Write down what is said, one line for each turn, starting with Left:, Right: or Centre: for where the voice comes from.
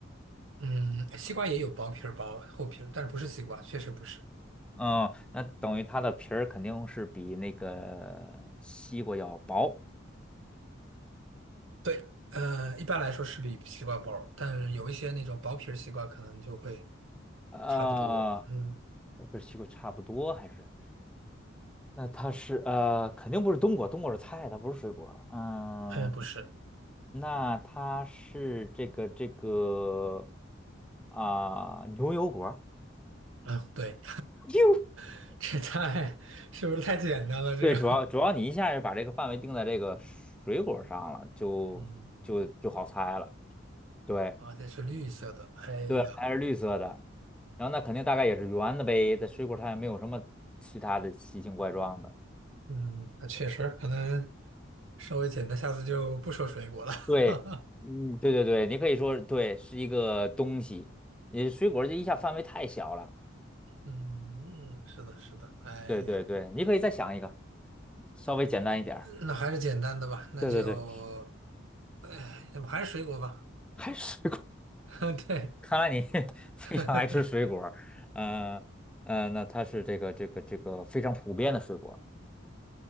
Right: 嗯，西瓜也有薄皮儿薄厚皮儿，但是不是西瓜，确实不是，
Centre: 嗯，那等于它的皮儿肯定是比那个西瓜要薄。
Right: 对，呃，一般来说是比西瓜薄儿但是有一些那种薄皮儿西瓜可能就会
Centre: 啊，
Right: 差不多。嗯，
Centre: 我不是西瓜差不多，还是那它是呃，肯定不是冬瓜，冬瓜是菜，它不是水果。嗯，
Right: 呃，不是，
Centre: 那它是这个这个啊、牛油果。
Right: 嗯，对，
Centre: 哟，
Right: <laughs> 这太，是不是太简单了？这个，
Centre: 对，主要主要你一下就把这个范围定在这个水果上了，就就就好猜了。
Right: <laughs> 嗯，
Centre: 对
Right: 而且是绿色的。哎呀，
Centre: 对，还是绿色的，然后那肯定大概也是圆的呗，在水果它也没有什么其他的奇形怪状的。
Right: 嗯，那确实可能稍微简单，下次就不说水果了。
Centre: 对，
Right: <laughs>
Centre: 嗯，对对对，你可以说对，是一个东西。你水果儿这一下范围太小了。
Right: 嗯嗯，是的，是的。哎呀，
Centre: 对对对，你可以再想一个，稍微简单一点儿。
Right: 那还是简单的吧，那就，
Centre: 对对对，
Right: 哎，要不还是水果吧？
Centre: 还是水果儿
Right: <laughs> 对。
Centre: 看来你 <laughs> 非常爱吃水果儿。
Right: <laughs>
Centre: 呃呃，那它是这个这个这个非常普遍的水果儿